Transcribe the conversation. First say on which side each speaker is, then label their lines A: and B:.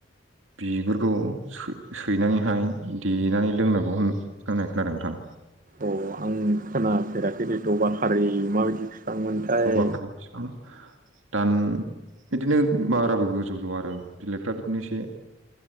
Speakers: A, on the right (about 85°); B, on the right (about 45°).
A: बिगुरखौ सैनानैहाय देनानै लोंनांगौ होन होननाय खोनादों नोंथां
B: अ आं खोनाफेराखै बेथबा खारै माबायदि मामोनथाय
A: जबा खारि बिफां दान बिदिनो बाराबो गोजौ जौवा आरो बिलाइफ्रा बिदिनो एसे